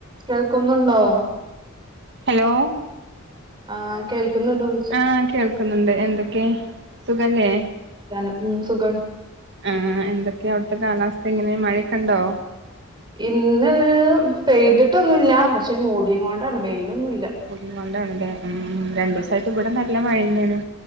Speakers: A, on the right (about 20°); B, on the right (about 55°).
A: കേൾക്കുന്നുണ്ടോ
B: ഹലോ
A: ആഹ് കേൾക്കുന്നുണ്ടോ ചോ
B: ആഹ് കേൾക്കുന്നുണ്ട് എന്തൊക്കെയാ സുഖല്ലേ
A: ഞാന് ഉം സുഖാണ്
B: ആഹ് എന്തൊക്കെയ അവിടുത്തെ കാലാവസ്ഥ ഇങ്ങനെ മഴയൊക്കെണ്ടോ
A: ഇന്ന് പെയ്തിട്ടൊന്നുല്ല പക്ഷെ മൂടിയും കൊണ്ടാണ് വെയിലൊന്നുല്ല.
B: <unintelligible> ഉം രണ്ടു ദിവസായിട്ട് ഇവിടെ നല്ല മഴ തന്നെയാണ്.